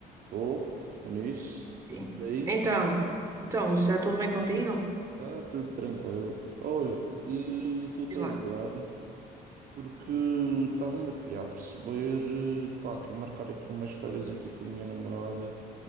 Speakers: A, on the right; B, on the right.
A: Estou é nisso.
B: Sim.
A: Por aí.
B: Então, então, Lúcia, está tudo bem contigo?
A: Está tudo tranquilo. Olha, eh, estou-te
B: Diz
A: a
B: lá.
A: ligar porque estava-me aqui a perceber, eh, pá, quero marcar aqui umas férias aqui com a minha namorada.